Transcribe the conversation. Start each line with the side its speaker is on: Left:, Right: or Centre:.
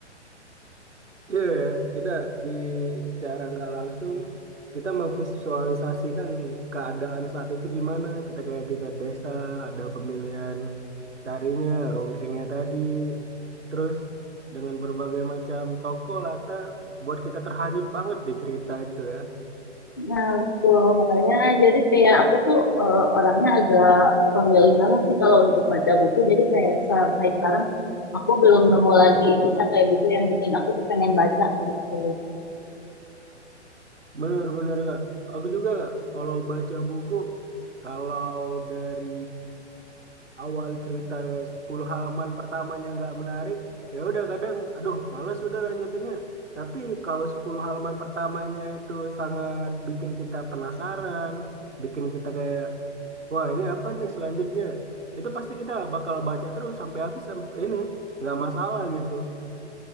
Right: Iya, ya, ya. kita di secara nggak langsung kita memvisualisasikan keadaan saat itu gimana. Kita kayak tiga desa, ada pemilihan tarinya, ronggengnya tadi, terus dengan berbagai macam tokoh latar buat kita terhanyut banget di cerita itu ya.
Left: Nah, betul. Makanya jadi kayak aku tuh eh, orangnya agak pemilih banget sih kalau untuk baca buku. Jadi kayak sampai sekarang aku belum nemu lagi bisa kayak buku yang bikin aku tuh pengen baca gitu.
Right: Bener-bener nggak? Aku juga kalau baca buku, kalau dari awal cerita 10 halaman pertamanya nggak menarik, ya udah kadang, aduh, males udah lanjutannya. Tapi kalau 10 halaman pertamanya itu sangat bikin kita penasaran, bikin kita kayak, wah ini apa nih selanjutnya? Itu pasti kita bakal baca terus sampai habis sampai ini, nggak masalah gitu.